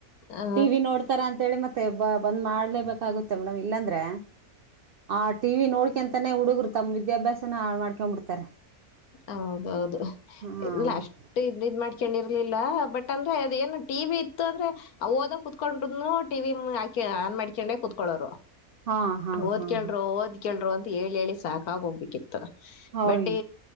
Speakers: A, on the left; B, on the right.
A: ಆ,
B: ಟಿ ವಿ ನೋಡ್ತಾರ ಅಂತೇಳಿ ಮತ್ತೆ ಬ ಬಂದ್ ಮಾಡ್ಲೇಬೇಕಾಗುತ್ತೆ ಮೇಡಮ್ ಇಲ್ಲಾಂದ್ರೆ ಆ ಟಿ ನೋಡ್ಕೊಂತಾನೇ ಹುಡುಗ್ರು ತಮ್ಮ್ ವಿದ್ಯಾಭ್ಯಾಸನ ಮಾಡ್ಕೊ ಬಿಡ್ತಾರೆ
A: ಹೌದೌದು
B: ಹಾ
A: ಇಲ್ಲ
B: ಮೇಡಮ್
A: ಅಷ್ಟ ಇದ್ ಮಾಡ್ಕೊಂಡಿರ್ಲಿಲ್ಲ ಬಟ್ ಅಂದ್ರೆ ಅದ ಏನು ಟಿ ವಿ ಇತ್ತು ಅಂದ್ರೆ ಓದ ಕುತ್ಕೊಂಡ್ನು ಟಿವಿ ಹಾಕಿ ಆನ್ ಮಾಡ್ಕೊಂಡ್ರೆ ಕುತ್ಕೊಳೋರು
B: ಹಾ ಹಾ
A: ಓದ್ಕೇಳರು
B: ಹಾ ಹಾ
A: ಓದ್ ಕೆೇಳರು ಅಂತ ಹೇಳಿ ಹೇಳಿ ಸಾಕಾಗ ಹೋಗ್ಬೇಕಿತ್ತು
B: ಹಯ್
A: ಬಟ್